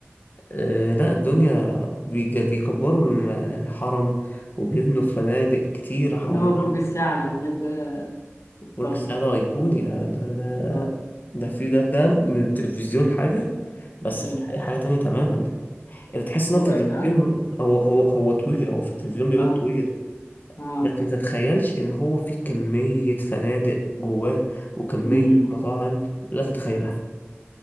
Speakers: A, on the left; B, on the left.
A: آه لا الدنيا بيج- بيكبروا الم- الحرم وبيبنوا فنادق كتير حوالين
B: انما برج الساعه اللي هناك ده
A: برج
B: تحفه
A: السعادة أيقوني ده ده ده
B: اه
A: ده في ده ده من التلفزيون حاجة بس
B: اه
A: في الحقيقة حاجة تانية تماما اللي تحس
B: مرعب
A: إن هو في التلفزيون
B: ها
A: هو هو هو, هو طويل هو في التلفزيون بيبان
B: اه
A: طويل
B: اه
A: انت ما تتخيلش ان هو في كمية فنادق جواه وكمية
B: أمم.
A: مطاعم لا تتخيلها